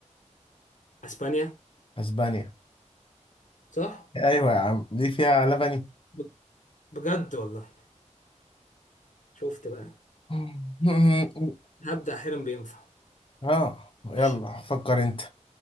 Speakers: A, on the left; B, on the left.
A: اسبانيا
B: اسبانيا
A: صح
B: ايوه يا عم دي فيها لبني
A: ب- بجد والله شفت بقى
B: <laughs>
A: هبدأ احيانا بينفع
B: اه يلا
A: ماشي
B: فكر انت